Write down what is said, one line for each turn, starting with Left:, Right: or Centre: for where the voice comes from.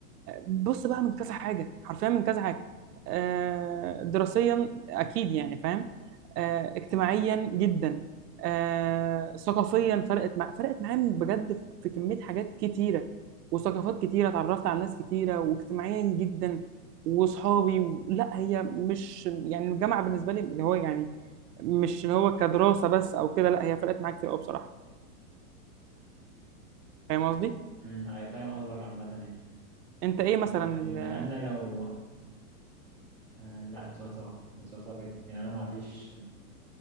Right: بص بقى من كذا حاجه حرفيا من كذا حاجه آه، دراسيا اكيد يعني فاهم آه، اجتماعيا جدا آه، ثقافيا فرقت مع فرقت معايا بجد في كميه حاجات كتيره وثقافات كتيره اتعرفت على ناس كتيره واجتماعيا جدا واصحابي و... لا هي مش يعني الجامعه بالنسبه لي اللي هو يعني مش اللي هو كدراسه بس او كده لا هي فرقت معايا كتير قوي بصراحه فاهم قصدي
Centre: أمم، آه، فاهم قصدك عامة يعني
Right: انت ايه مثلا
Centre: آه،
Right: ال...
Centre: أنا لو آه، لا ده سؤال صعب ده سؤال صعب جدا يعني أنا ما فيش